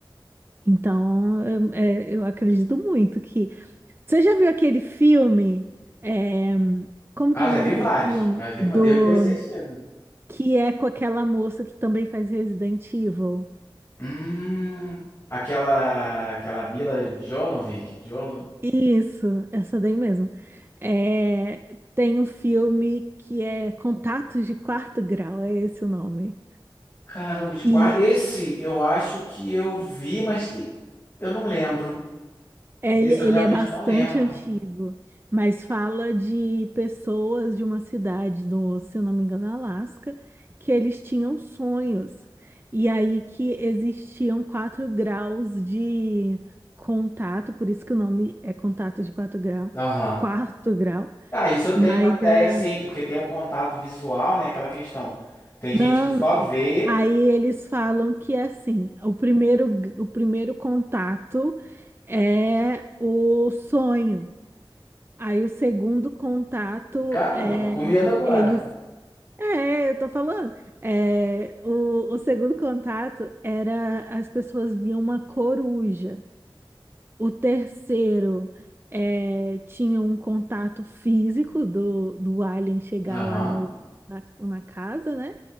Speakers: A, on the right; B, on the left.
A: Então, eu, eh, eu acredito muito que. Você já viu aquele filme? eh, como
B: Ah,
A: que é
B: já
A: o nome
B: vi
A: daquele
B: vários.
A: filme?
B: Já vi,
A: Do
B: devo ter assistido.
A: que é com aquela moça que também faz Resident Evil.
B: Hum, aquela, aquela Mila Jovovich. Jon-
A: Isso, essa daí mesmo. É, tem um filme que é Contatos de Quarto Grau, é esse o nome.
B: Caramba, de qual?
A: E
B: Esse eu acho que eu vi, mas tem... eu não lembro.
A: é,
B: Desse
A: ele, ele
B: eu realmente
A: é bastante
B: eu não lembro.
A: antigo, mas fala de pessoas de uma cidade no, se eu não me engano, Alasca, que eles tinham sonhos. E aí que existiam quatro graus de contato, por isso que o nome é Contato de Quarto Grau,
B: Aham.
A: quarto grau,
B: Ah, isso eu tenho
A: mas
B: uma ideia,
A: é.
B: sim, porque tem o contato visual, né? Aquela questão. Tem gente
A: Não,
B: que só vê.
A: Aí eles falam que assim, o primeiro, g- o primeiro contato é o sonho. Aí o segundo contato
B: e, Caramba,
A: é
B: eu tô com medo agora.
A: eles. É, eu tô falando. É, o, o segundo contato era as pessoas viam uma coruja. O terceiro eh, tinha um contato físico do, do alien chegar
B: Aham.
A: lá no, na, na casa, né?